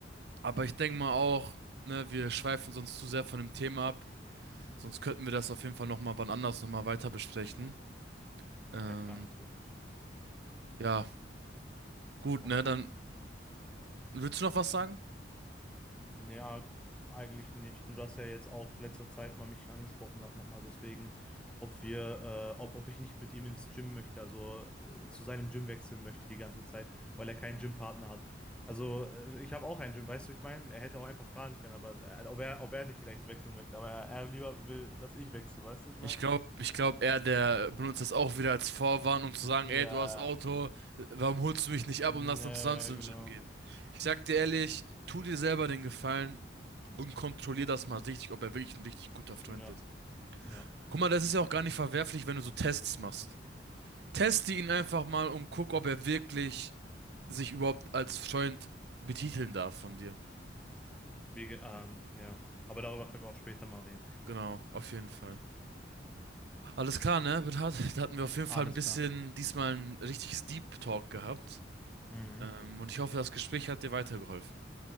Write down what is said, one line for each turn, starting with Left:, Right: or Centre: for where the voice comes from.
Right: aber ich denke mal auch, ne, wir schweifen sonst zu sehr von dem Thema ab, sonst könnten wir das auf jeden Fall nochmal wann anders nochmal weiter besprechen. Ähm,
Centre: Ja, klar, natürlich.
Right: ja, gut,
Centre: Auf
Right: ne, dann
Centre: jeden Fall. Ja.
Right: willst du noch was sagen?
Centre: Ja, eigentlich nicht. Nur dass er jetzt auch letzter Zeit mal mich angesprochen hat, nochmal deswegen, ob wir, äh, ob, ob ich nicht mit ihm ins Gym möchte, also äh, zu seinem Gym wechseln möchte die ganze Zeit, weil er keinen Gympartner hat. Also äh, ich habe auch einen Gym, weißt du, ich meine, er hätte auch einfach fragen können, aber äh, ob er, ob er nicht vielleicht wechseln möchte, aber er, er lieber will, dass ich wechsle, weißt du, ich meine?
Right: Ich glaube, ich glaube, er, der benutzt das auch wieder als Vorwand, um zu sagen,
Centre: Ja,
Right: ey, du hast Auto, warum holst du mich nicht ab
Centre: mm,
Right: und lass
Centre: ja,
Right: dann zusammen zum
Centre: genau.
Right: Gym gehen? Ich sag dir ehrlich, tu dir selber den Gefallen und kontrollier das mal richtig, ob er wirklich ein richtig guter Freund
Centre: Ja,
Right: ist.
Centre: ja.
Right: Guck mal, das ist ja auch gar nicht verwerflich, wenn du so Tests machst. Teste ihn einfach mal und guck, ob er wirklich sich überhaupt als Freund betiteln darf von dir.
Centre: Wie, ge- ähm, ja. Aber darüber können wir auch später mal reden.
Right: Genau, auf jeden Fall. Alles klar, ne, Bernhard? Da hatten wir auf jeden Fall
Centre: Alles
Right: ein bisschen
Centre: klar.
Right: diesmal ein richtiges Deep Talk gehabt.
Centre: Mhm.
Right: Ähm, und ich hoffe, das Gespräch hat dir weitergeholfen.